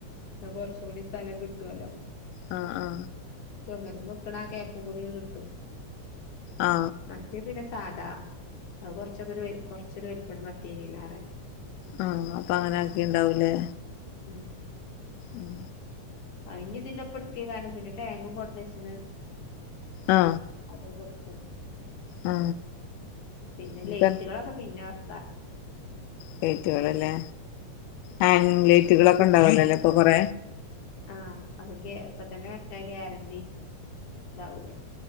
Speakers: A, on the left; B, on the left.
A: ആ കുറച്ച് കൂടി സ്ഥലം കിട്ടുവല്ലോ
B: ആ ആ
A: മര വെക്കണ കേപ്പും കൂടി കിട്ടും
B: ആ
A: മറ്റേ പിന്നെ സാധാ കൊച്ച വ കുറച്ചൊരു വ അപ്പണ്ട് മാ <unintelligible>
B: ആ അപ്പൊ അങ്ങനെ ആക്കി ഉണ്ടാവൂലേ
A: ഉം
B: ഉം
A: അ ഇനി ഇതിന്റെപ്പടുക്ക കാരണം പിന്നെ ടാങ്കും കൊടന്ന്ച്ചന്ന്
B: ആ
A: അത് <unintelligible>
B: ആ
A: പിന്നെ
B: ഇനിപ്പ
A: ലൈറ്റുകളൊക്കെ പിന്നെ <unintelligible>
B: കയറ്റോളല്ലേ ഹാൻ്ലെറ്റുകളൊക്കെ ഉണ്ടാവലല്ലോ പപ്പ കുറ
A: ആ അതൊക്കെ അ ഇപ്പ തന്നെ വെച്ചാ ഗ്യാരണ്ടി ഇതാവൂലേ